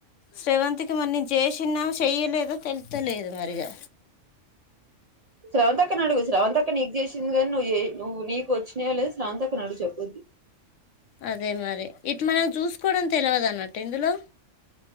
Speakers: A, on the left (about 75°); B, on the right (about 50°).
A: శ్రవంతికి మరి నేను చేసినా చెయ్యలేదో తెలుతలేదు మరిగా
B: శ్రవంతి అక్కను అడుగు శ్రవంత అక్క నీకు చేసిందిగానీ నువ్ జే నువ్వు నీ వచ్చినయో లేదో స్రవంతి అక్కనడుగు చెప్పుది
A: అదే మరి ఇటు మనం చూసుకోవడం తెలవదన్నట్ట ఇందులో